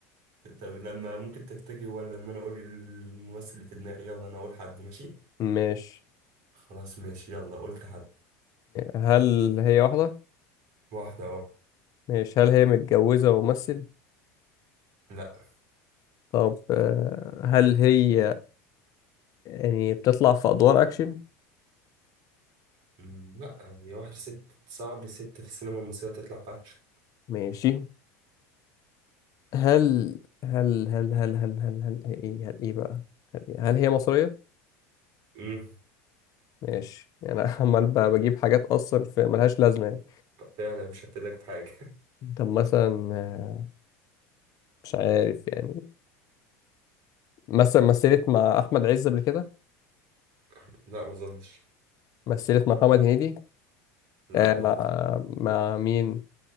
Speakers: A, on the right (about 60°); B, on the left (about 45°).
A: طب لما ممكن تفتكر ولا لما انا اقول الممثل اللي في دماغي يلا انا اقول حد ماشي
B: <laughs> ماشي
A: خلاص ماشي يلا قلت حد
B: هل هي واحدة؟
A: واحده اهو
B: ماشي هل هي متجوزة وممثل؟
A: لا
B: طب آه، هل هي يعني بتطلع في أدوار أكشن؟
A: مم، لا هي واحدة ست صعب ست في السينما المصرية تطلع باتش
B: ماشي هل هل هل هل هل هل هل هي إيه هل إيه بقى؟ هل, إيه؟ هل هي مصرية؟
A: امم
B: ماشي يعني أنا <laughs> عمال ب- بجيب حاجات اصلا في ملهاش لازمه يعني
A: فعلا مش هفيدك بحاجة
B: طب مثلا آه، مش عارف يعني مثلا مثلت مع احمد عز قبل كده
A: <laughs> لا ما اظنش
B: مثلت مع محمد هنيدي
A: لا
B: آه
A: برضه
B: مع مع مين